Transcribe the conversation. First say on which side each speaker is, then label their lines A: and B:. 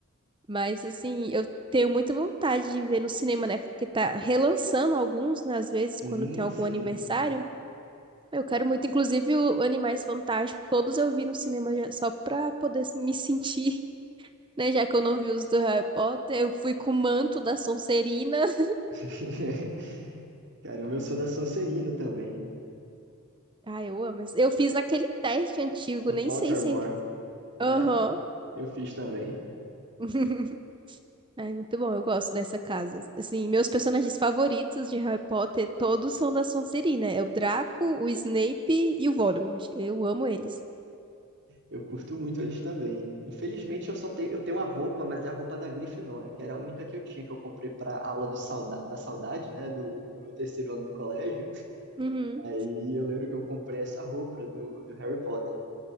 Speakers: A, on the right; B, on the right.
A: Mas assim, eu tenho muita vontade de ver no cinema, né? Porque tá relançando alguns, né, às vezes,
B: Sim,
A: quando tem algum
B: sim.
A: aniversário. Eu quero muito, inclusive, o Animais Fantásticos, todos eu vi no cinema já- só pra poder assim, me sentir, <laughs> né? Já que eu não vi os do Harry Potter, eu fui com o manto da Sonserina. <laughs>
B: <laughs> Caramba, eu sou da Sonserina também,
A: ah eu amo. esse- Eu fiz aquele teste antigo,
B: do
A: nem
B: Pottermore,
A: sei se ainda.
B: né?
A: Aham.
B: Eu fiz também.
A: <laughs> É muito bom, eu gosto dessa casa. Assim, meus personagens favoritos de Harry Potter todos são da Sonserina. É o Draco, o Snape e o Voldemort. Eu amo eles.
B: Eu curto muito eles também. Infelizmente, eu só tenho, eu tenho uma roupa, mas é a roupa da Grifinória, que era a única que eu tinha, que eu comprei para aula do sauda da saudade, né? Do, do meu terceiro ano no colégio.
A: Uhum,
B: Aí eu lembro que eu comprei essa roupa do, do Harry Potter.